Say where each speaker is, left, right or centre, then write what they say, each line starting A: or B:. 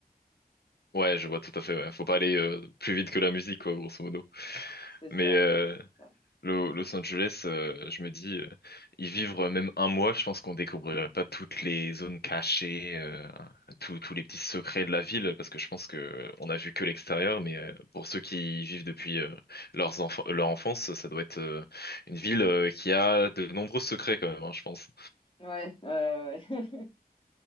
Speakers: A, on the left (about 80°); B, on the left (about 35°).
A: Ouais, je vois tout à fait, ouais. Faut pas aller euh, plus vite que la musique, quoi, grosso modo.
B: C'est ça,
A: Mais euh,
B: c'est ça.
A: Lo- Los Angeles, euh, je me dis, euh, y vivre même un mois, je pense qu'on découvrirait pas toutes les zones cachées, euh, tous tous les petits secrets de la ville, parce que je pense que euh, on a vu que l'extérieur, mais euh, pour ceux qui y vivent depuis euh, leurs enfants, leur enfance, ça doit être euh, une ville euh, qui a de nombreux secrets quand même, hein, je pense.
B: Ouais, ouais, ouais. <laughs>